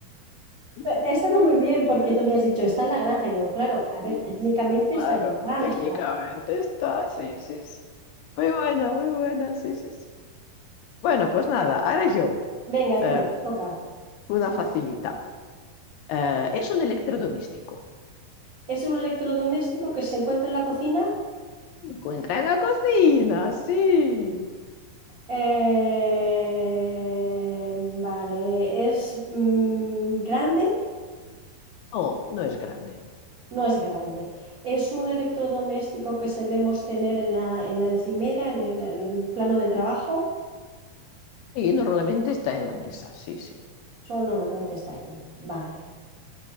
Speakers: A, on the left (about 80°); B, on the right (about 65°).
A: <laughs>
B: Pe- Ha estado
A: Ay,
B: muy bien
A: qué
B: porque
A: gracioso.
B: tú me has dicho, está en la granja. Y digo, claro, a ver,
A: Sí,
B: técnicamente
A: sí, claro,
B: está en la granja.
A: técnicamente está, sí, sí, sí. Muy buena, muy buena, sí, sí, sí. Bueno, pues nada, ahora yo,
B: Venga,
A: eh,
B: tú, te toca.
A: una facilita. Eh, es un electrodoméstico.
B: Es un electrodoméstico que se encuentra en la cocina.
A: Se encuentra en la cocina, sí.
B: Eh, vale, es mm, grande.
A: No, no es grande.
B: No es grande. Es un electrodoméstico que solemos tener en la, en la encimera, en el, el plano de trabajo.
A: Y normalmente está en la mesa, sí, sí.
B: Solo normalmente está allí. Vale.